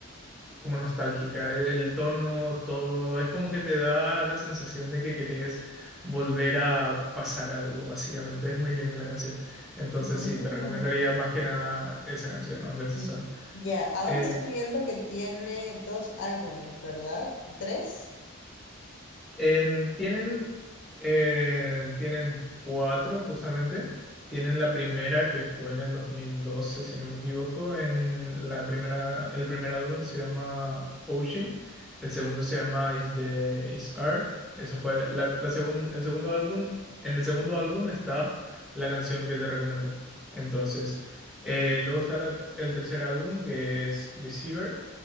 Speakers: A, in the centre; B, on the left (about 55°).
A: como nostálgica, el el tono, todo, es como que te da la sensación de que querés volver a pasar algo, básicamente, es muy linda la canción. Entonces
B: Ah,
A: sí, te recomendaría más que nada esa canción, Under the
B: mm,
A: Sun.
B: ya, ahora
A: Eh,
B: estoy viendo que tiene dos álbumes, ¿verdad? ¿Tres?
A: Em, tienen, eh, tienen cuatro justamente. Tienen la primera que fue en el dos mil doce si no me equivoco. En la primera, el primer álbum se llama Ocean. El segundo se llama Is the Is Art. Eso fue la, la segun- el segundo álbum. En el segundo álbum está la canción que te recomendé. Entonces, eh, luego está la- el tercer álbum que es Deceiver.